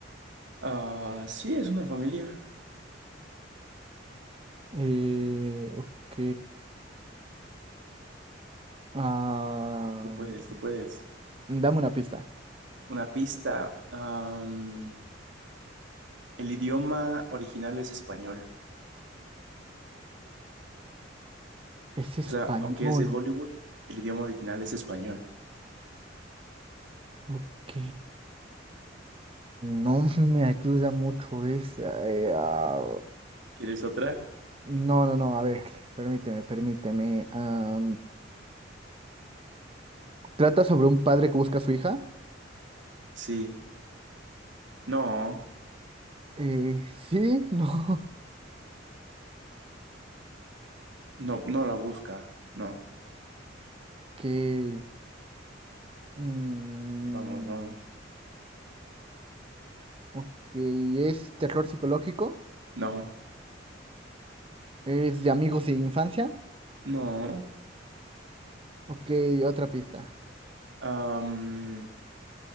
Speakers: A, on the right; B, on the right.
A: Ah, sí, es una familia.
B: Eh, ok. am,
A: Tú puedes, tú puedes.
B: dame una pista.
A: Una pista. am, el idioma original es español.
B: Es español.
A: O sea, aunque es de Hollywood, el idioma original es español.
B: Ok. No <laughs> me ayuda mucho esa. eh, ah,
A: ¿Quieres otra?
B: no, no, no, a ver, permíteme, permíteme. am, ¿trata sobre un padre que busca a su hija?
A: Sí. No,
B: Eh, sí, no. <laughs>
A: no, no la busca. No,
B: Ok. mm,
A: vamos, vamos.
B: ok, ¿es terror psicológico?
A: No,
B: ¿Es de amigos de infancia?
A: no.
B: Ok, otra pista.
A: Am,